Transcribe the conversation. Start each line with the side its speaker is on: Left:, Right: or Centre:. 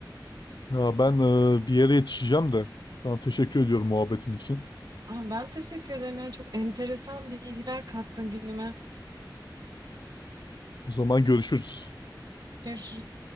Left: Ya ben e, bir yere yetişeceğim de sana teşekkür ediyorum muhabbetin için.
Right: Aa, Ben teşekkür ederim. Yani çok enteresan bilgiler kattın günüme.
Left: O zaman görüşürüz.
Right: Görüşürüz.